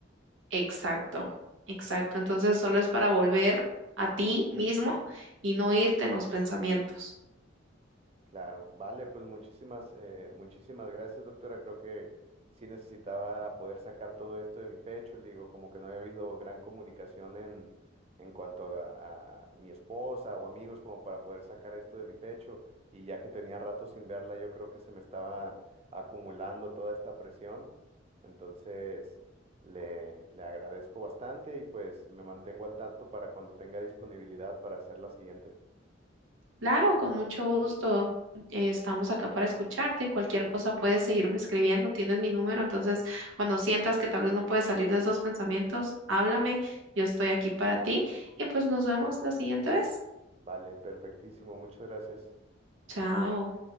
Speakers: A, on the right; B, on the right.
A: Exacto, exacto. Entonces, solo es para volver a ti mismo y no irte en los pensamientos.
B: Claro, vale, pues muchísimas, eh, muchísimas gracias, doctora. Creo que sí necesitaba poder sacar todo esto de mi pecho. Le digo, como que no había habido gran comunicación en, en cuanto a, a mi esposa o amigos, como para poder sacar esto de mi pecho. Y ya que tenía rato sin verla, yo creo que se me estaba acumulando toda esta presión. Entonces, le, le agradezco bastante y pues me mantengo al tanto para cuando tenga disponibilidad para hacer la siguiente.
A: Claro, con mucho gusto. eh, Estamos acá para escucharte. Cualquier cosa puedes seguirme escribiendo. Tienes mi número, entonces cuando sientas que tal vez no puedes salir de esos pensamientos, háblame. Yo estoy aquí para ti y pues nos vemos la siguiente vez.
B: Vale, perfectísimo. Muchas gracias.
A: Chao.